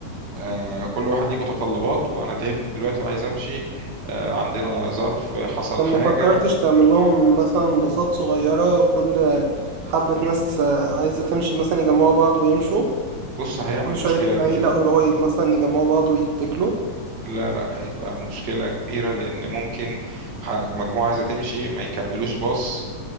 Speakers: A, on the right; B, on the right.
A: آه، كل واحد ليه متطلبات وأنا تعبت دلوقتي وعايز أمشي آه، عندنا ظرف آه، حصل
B: طب
A: حاجة
B: ما فكرتش تعمل لهم مثلا باصات صغيرة كل حبة ناس آه، عايزة تمشي مثلا يجمعوا بعض ويمشوا
A: بص هيعمل
B: كل
A: مشكلة
B: شوية
A: كبيرة
B: عيلة قرايب مثلا يجمعوا بعض ويتكلوا
A: لا لا هيبقى مشكلة كبيرة لأن ممكن ح- مجموعة عايزة تمشي ما يكملوش باص